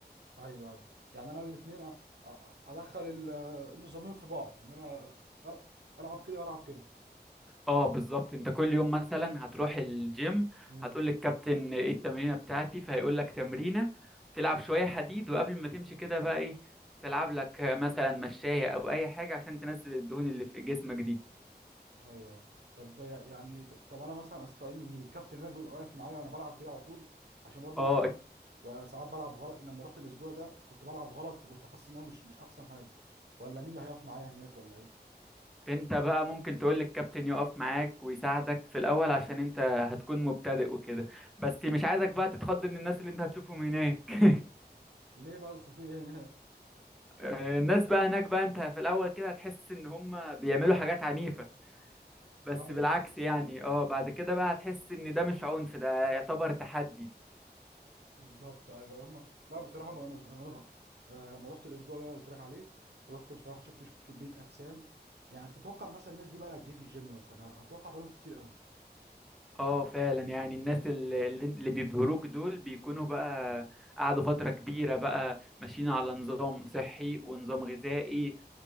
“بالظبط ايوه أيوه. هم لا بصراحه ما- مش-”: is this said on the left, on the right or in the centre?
Right